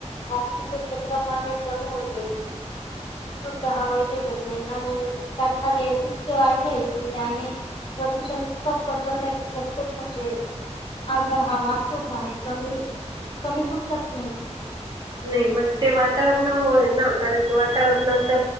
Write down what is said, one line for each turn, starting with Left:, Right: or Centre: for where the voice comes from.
Left: ऑसिचे प्रमाण कमी होते. स्वच्छ हवाही भेटत नाही, आणि कारखाने इतके वाढलेत की त्यांने प्रदूषण इतकं पसरला की प्रत्येक म्हणजे आजार हा वाटतोच आहे, कमी कमी कुठलाच नाही.
Right: नाही मग ते वातावरणामुळे ना कारण की वातावरणात